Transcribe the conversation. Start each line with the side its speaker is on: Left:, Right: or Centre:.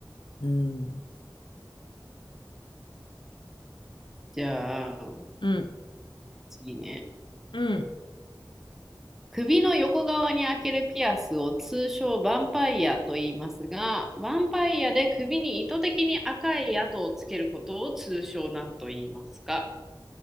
Left: うん。
Centre: じゃあ、
Left: うん。
Centre: 次ね。
Left: うん。
Centre: 首の横側に開けるピアスを通称ヴァンパイアと言いますが、ヴァンパイアで首に意図的に赤い跡をつけることを通称なんと言いますか